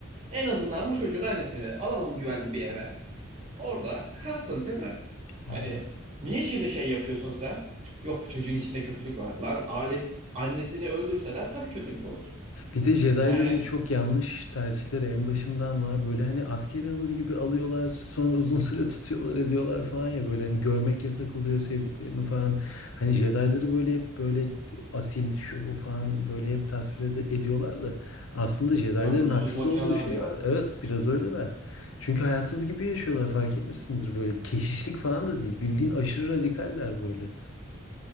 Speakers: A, on the right (about 35°); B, on the left (about 85°).
A: En azından bu çocuğun annesini alalım güvenli bir eve. Orada kalsın değil mi? Hani
B: Evet.
A: niye şimdi şey yapıyorsun sen? Yok bu çocuğun içinde kötülük var. Lan ailesi, annesini öldürseler tabii kötülük olur.
B: Bir de Jedi'ların
A: Yani
B: çok yanlış tercihleri en başından var. Böyle hani askeri alır gibi alıyorlar, sonra uzun <laughs> süre tutuyorlar, ediyorlar falan ya böyle hani görmek yasak oluyor sevdiklerini falan. Hani Jedi'ları böyle hep böyle asil şu bu falan böyle hep tasvir ed- ediyorlar da aslında Jedi'ların
A: ya ruhsuz
B: haksız
A: makineler
B: olduğu şey
A: ya.
B: var. Evet, biraz öyleler. Çünkü hayatsız gibi yaşıyorlar fark etmişsindir böyle keşişlik falan da değil. Bildiğin aşırı radikaller böyle.